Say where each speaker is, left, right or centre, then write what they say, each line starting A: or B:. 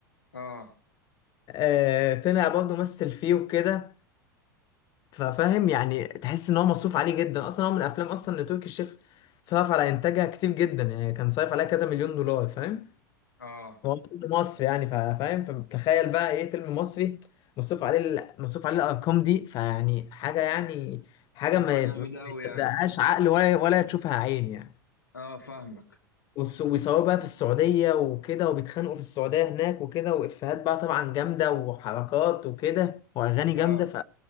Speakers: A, on the left; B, on the left.
A: اه
B: آه طلع برضو مثل فيه وكده ففاهم يعني تحس ان هو مصروف عليه جدا اصلا هو من الافلام اصلا اللي تركي الشيخ صرف على انتاجها كتير جدا يعني كان صرف عليها كذا مليون دولار فاهم
A: اه
B: هو فيلم مصري يعني فا- فاهم فتخيل بقى ايه فيلم مصري مصروف عليه ال- مصروف عليه الارقام دي فيعني حاجه يعني حاجه
A: يطلع
B: ما
A: جامد
B: يت- ما
A: قوي
B: يصدقهاش
A: يعني
B: عقل ولا ولا تشوفها عين يعني
A: اه فاهمك
B: والس- ويصوروا بقى في السعوديه وكده وبيتخانقوا في السعوديه هناك وكده وافيهات بقى طبعا جامده وحركات وكده واغاني
A: اه
B: جامده ف